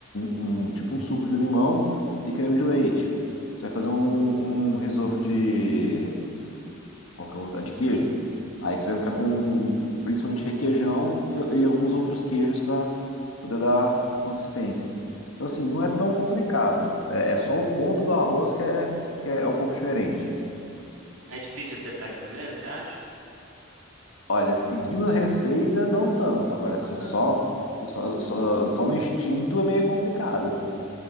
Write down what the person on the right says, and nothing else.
É difícil de acertar de primeira, você acha?
Não
tanto.